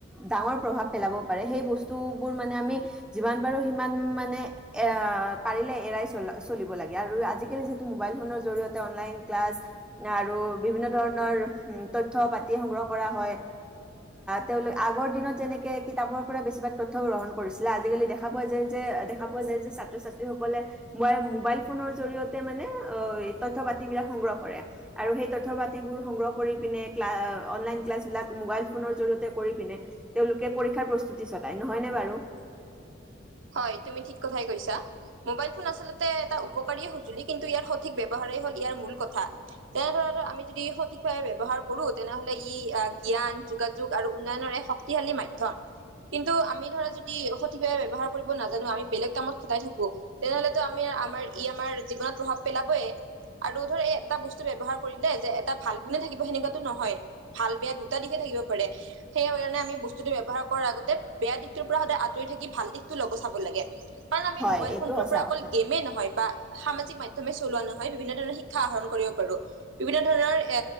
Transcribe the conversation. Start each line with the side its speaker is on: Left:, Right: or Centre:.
Centre: ডাঙৰ প্ৰভাৱ পেলাব পাৰে সেই বস্তু। টোবোৰ মানে আমি যিমান পাৰো সিমান মানে এ পাৰিলে এৰাই চল চলিব লাগে আৰু আজিকালি যিহেতু মোবাইল ফোনৰ জৰিয়তে অনলাইন ক্লাছ আৰু বিভিন্ন ধৰণৰ তথ্য পাতি সংগ্ৰহ কৰা হয় তেওঁলোক আগৰ দিনত যেনেকে কিতাপৰ পৰা বেছিভাগ। তথ্য গ্ৰহণ কৰিছিলে আজিকালি দেখা পোৱা যায় যে দেখা পোৱা যায় যে ছাত্ৰ ছাত্ৰী সকলে মাই মোবাইল ফোনৰ জৰিয়তে মানে অ তথ্য পাতি বিলাক সংগ্ৰহ কৰে আৰু সেই তথ্য পাতিবোৰ সংগ্ৰহ কৰি পিনে ক্লাছ অনলাইন ক্লাছ বিলাক মোবাইল ফোনৰ জৰিয়তে। কৰি পিনে তেওঁলোকে। পৰীক্ষা প্ৰস্তুতি চয়। নহয়নে বাৰু?
Right: হয় তুমি ঠিক কথাই কৈছা মোবাইল ফোন আচলতে এটা উপকাৰীয়ে সঁজুলি কিন্তু ইয়াৰ সঠিক ব্যৱহাৰ হ'ল ইয়াৰ মূল কথা। তেনে ধৰা আমি যদি সঠিকভাৱে ব্যৱহাৰ কৰো তেনেহলে ই জ্ঞান, যোগাযোগ আৰু উন্নয়নৰ এক শক্তিশালী মাধ্যম কিন্তু আমি ধৰা যদি সঠিকভাৱে ব্যৱহাৰ। কৰিব নাজানো আমি বেলেগ কামত খটাই থাকো তেনেহলেতো আমি আমাৰ ই আমাৰ জীৱনত প্ৰভাৱ পেলাবয়। আৰু ধৰ এটা বস্তু। ব্যৱহাৰ কৰিলে যে এটা ভাল গুণে থাকিব সেনেকুৱাটো নহয় ভাল বেয়া দুটা দিশে থাকিব পাৰে। সেই কাৰণে আমি বস্তুটো ব্যৱহাৰ কৰাৰ আগতে বেয়া দিশটোৰ পৰা সদায় আঁতৰি থাকি ভাল। টো ল'ব চাব লাগে কাৰণ আমি
Centre: হয়
Right: মোবাইল
Centre: এইটো
Right: ফোনটোৰ
Centre: সঁচা
Right: পৰা অকল
Centre: কথা
Right: গেমে নহয়। বা সামাজিক মাধ্যমে চলোৱা নহয় বিভিন্ন ধৰণৰ শিক্ষা আহৰণ কৰিব পাৰো। বিভিন্ন ধৰণৰ এ